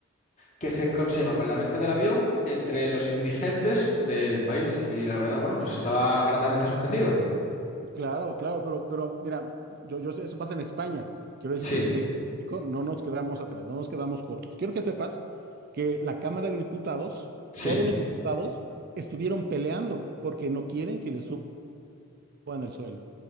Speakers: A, on the left; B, on the right.
A: que se consiga con la venta del avión entre los indigentes del país. Y la verdad, bueno, pues estaba gratamente sorprendido.
B: claro, claro, pero, pero mira, yo, yo sé, eso pasa en España. Quiero decirte
A: Sí,
B: que, México no nos quedamos atrás, no nos quedamos cortos. Quiero que sepas que la Cámara de Diputados,
A: sí,
B: todos los diputados estuvieron peleando porque no quieren que le suban el sueldo.